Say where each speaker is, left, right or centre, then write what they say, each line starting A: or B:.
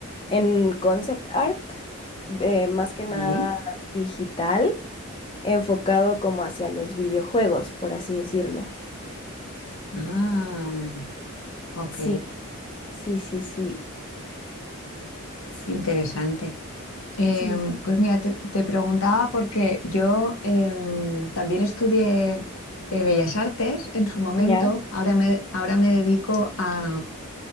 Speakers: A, on the left; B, on the left.
A: en concept art, de más que nada
B: Sí.
A: digital, enfocado como hacia los videojuegos, por así decirlo.
B: Ah, ok,
A: Sí, sí, sí, sí, sí,
B: interesante. Em,
A: sí.
B: pues mira, te, te preguntaba porque yo em, también estudié eh, Bellas Artes en su momento.
A: Ya,
B: Ahora me, ahora me dedico a